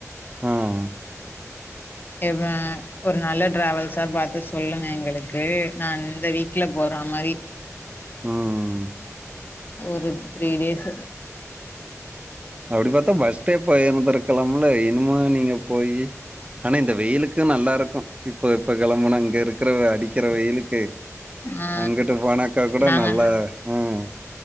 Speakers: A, on the right (about 25°); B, on the left (about 40°).
A: ஆஹ்
B: இவ ஒரு நல்ல டிராவல்ஸா பாத்து சொல்லுங்க எங்களுக்கு அது நா இந்த வீ அது மாரி
A: ம் ம்
B: ஒரு த்ரீ டேஸு
A: அப்டி பாத்தா பஸ்ட்டே போயிருந்துருக் கெளம்புல இனிமே நீங்க போயி ஆனா இந்த வெயிலுக்கு நல்லா இருக்கு இப்போ இப்ப கெளம்புனா இங்க இருக்கிற அடிக்கிற வெயிலுக்கு
B: ஆ
A: அங்கிட்டு போனாக்கா கூட
B: நாங்க
A: நல்லா உம்